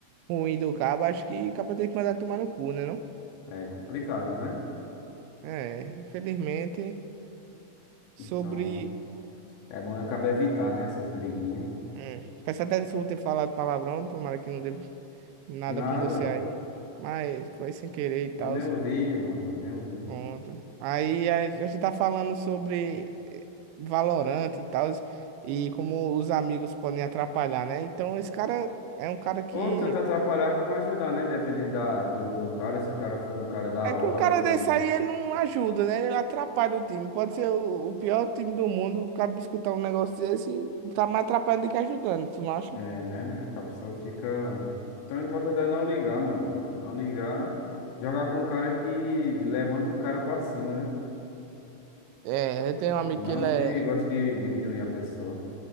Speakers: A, on the right; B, on the left.
A: ruim do cabo, acho que o cabo tem que mandar tomar no cu, né? Não?
B: É complicado, né?
A: É, infelizmente, sobre.
B: Então, é bom eu acabo evitar, né? Essas briguinhas.
A: Hum, peço até desculpa ter falado palavrão, tomara que não dê nada
B: Nada,
A: com você aí. Mas foi sem querer e tal.
B: eu nem ouvir, mano, nem ouvir.
A: Pronto. Aí a a gente tá falando sobre eh, Valorant e tal, e como os amigos podem atrapalhar, né? Então esse cara é um cara que.
B: Ou tanto atrapalhar como ajudar, né? Dependendo da, do, do cara, se o cara for um cara da
A: É
B: hora,
A: que um cara
B: que,
A: desse aí ele não ajuda, né? Ele atrapalha o time. Pode ser o, o pior time do mundo, o cara escutar um negócio desse, tá mais atrapalhando do que ajudando, tu não acha?
B: é, né? Que a pessoa fica. Então, o importante é não ligar, meu mano. Não ligar, jogar com um cara que levanta o cara pra cima, né?
A: É, eu tenho um amigo
B: Não
A: que ele
B: que
A: é.
B: goste de diminuir a pessoa.